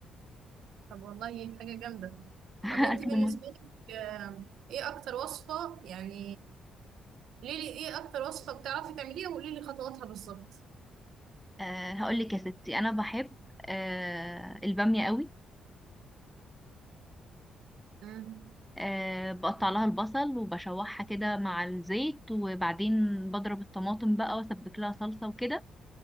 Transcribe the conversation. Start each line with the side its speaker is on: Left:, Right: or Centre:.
Right: طب والله حاجه جامده
Centre: <laughs>
Right: طب انت
Centre: اكل
Right: بالنسبه
Centre: مصري
Right: لك آه، ايه اكتر وصفه يعني قولي لي ايه اكتر وصفه بتعرفي تعمليها وقولي لي خطواتها بالظبط
Centre: آه هقول لك يا ستي انا بحب آه البامية قوي
Right: مم.
Centre: آه بقطع لها البصل وبشوحها كده مع الزيت وبعدين بضرب الطماطم بقى واسبك لها صلصة وكده